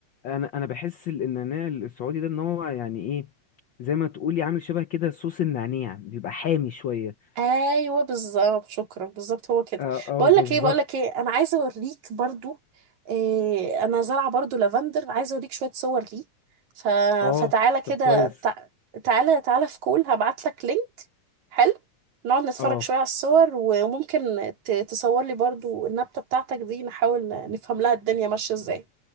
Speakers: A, on the left; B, on the right.
A: انا انا بحس ال- النعناع السعودي ده ان هو يعني ايه زي ما تقولي عامل شبه كده صوص النعناع بيبقى حامي شوية
B: ايوه بالظبط شكرا بالظبط هو كده
A: اه اه
B: بقول
A: بالظبط
B: لك ايه بقول لك ايه انا عايزه اوريك برضو إيه انا زارعه برضو لافندر عايزه اوريك شويه صور ليه ف...
A: اه
B: فتعالى كده
A: طب كويس
B: تع... تعالى تعالى في كول هبعت لك لينك حلو نقعد نتفرج
A: اه
B: شويه على الصور وممكن ت... تصور لي برضو النبته بتاعتك دي نحاول نفهم لها الدنيا ماشيه ازاي